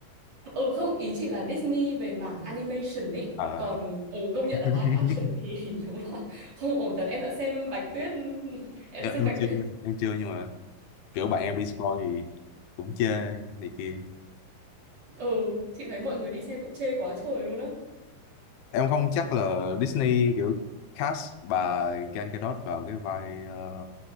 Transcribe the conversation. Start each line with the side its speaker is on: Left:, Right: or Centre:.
Right: ừ không ý chị là Disney về mảng animation ấy
Left: Ờ,
Right: còn ừ, công nhận
Left: <laughs>
Right: là live action thì <laughs> đúng là không ổn thật em đã xem Bạch Tuyết <laughs> em
Left: em,
Right: đã xem Bạch
Left: em chưa
Right: Tuyết
Left: em chưa nhưng mà kiểu bạn em đi coi thì cũng chê này kia
Right: ừ chị thấy mọi người đi xem cũng chê quá trời luôn á
Left: em không chắc là Disney kiểu cast bà Gal Gadot vào cái vai ờ,